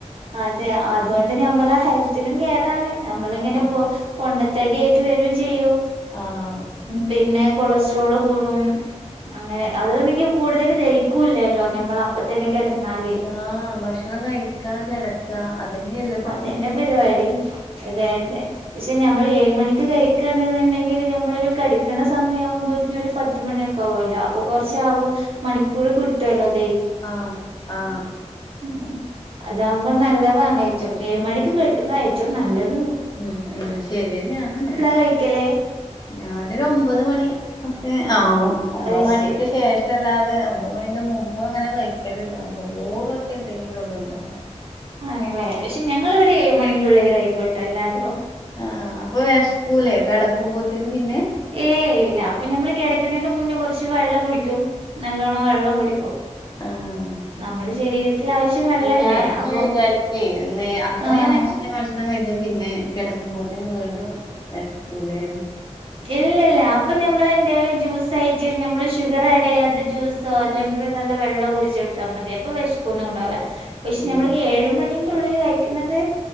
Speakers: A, on the right (about 50°); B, on the left (about 35°).
A: അതെ അതുകൊണ്ട് ഞമ്മളെ ഹെൽത്തിനും കേടാണ് ഞമ്മള് ഇങ്ങനെ
B: ആഹ്
A: പോ പൊണ്ണത്തടി ആയിട്ട് വരയും ചെയ്യൂ
B: ആഹ്
A: പിന്നെ കൊളസ്ട്രോള് കൂടും അങ്ങനെ അത്ണ്ടെങ്കി കൂടുതൽ ദഹിക്കൂല്ലല്ലോ ഞമ്മൾ അപ്പത്തന്നെ കിടന്നാല്..
B: ആഹ ഭക്ഷണം കഴിക്കാൻ കിടക്ക അതങ്ങെയല്ല
A: അതെന്റെ പരിപാടി അതെ അതെ പക്ഷെ നമ്മൾ ഏഴ് മണിക്ക് കഴിക്കുകയാണെന്നുണ്ടെങ്കിൽ നമ്മൾള് എഴ് മണിക്ക് കഴിക്കണ് ഉണ്ടെങ്കില് നമ്മള് കട്ക്ണ സമയ ആവുമ്പോത്തനന് ഒരു പത്ത് മണിയ ല്ലോ അപ്പൊ കുറച്ച് ആ് മണിക്കൂർ കിട്ടുവല്ലോ തെദേ
B: ആഹ ആഹ
A: ഉ അതാവുമ്പോ നല്ലതാണ് ഏറ്റവും ഏഴ് മണിക്ക് കഴിക്കുന്നത് ഏറ്റവും നല്ലത്.
B: ഉ ഉ ശരിന്നെയാണ്
A: കഴിക്കല്
B: ഞാനൊരു ഒമ്പത് മണി. മക്കേ ആവും ഒമ്പത്
A: അത്
B: മണിക്ക്
A: ശരി
B: ശേഷം.. പക്ഷല്ലാതെ ഒമ്പത് മണിന്റെ മുമ്പ് അങ്ങനെ കഴിക്കലില്ല ബോറുംക്കെ ഉണ്ടെങ്കിലും ഇവിണ്ടാകോ
A: ആണല്ലേ പക്ഷെ ഞങ്ങളിവിടെ എഴ് മണിക്ക് ഉള്ളില് കഴിക്കോട്ടോ എല്ലാരോ
B: ആഹ അപ്പൊ വിഷക്കൂലേ കിടക്കുമ്പോത്തിന് പിന്നെ
A: ഏയ് ഇല്ല അപ്പൊ ഞമ്മള് കിടക്കണന്റെ മുന്നേ കുറച്ച് വെള്ളം കുടിക്കും നല്ലോണ്ണം വെള്ളം കുടിക്കും.
B: ആഹ്
A: <inaudible> നമ്മുടെ ശരീരത്തിൽ ആവശ്യം വെള്ളല്ലേ
B: ഞാനിങ്ങനെ
A: അപ്പൊ
B: വിചാരിക്കേ ഇന്ന് അത്രയും
A: ആഹ
B: നേരത്തെ ഭക്ഷണം കഴിച്ചാ പിന്നെ കിടക്കുമ്പോ തിന്ന് വീണ്ടും വസ്കൂലെ.
A: ഇല്ലല്ല അപ്പൊ ഞമ്മൾ എന്തായാലും ജ്യൂസ് ആയിട്ട് നമ്മള് ഷുഗർ ആഡ ചെയ്യാത്ത ജ്യൂസ്. സേ അല്ലെങ്കിൽ നല്ല വെള്ളമോ കുടിച്ച് എടുത്താൽ മതി അപ്പൊ വിശപ് ഒന്നും കൊണ്ടാവകില്ല. പക്ഷെ
B: ഉം
A: നമ്മൾ ഏഴ് മണീന്റെ ഉള്ളിൽ കഴിക്കുന്നത്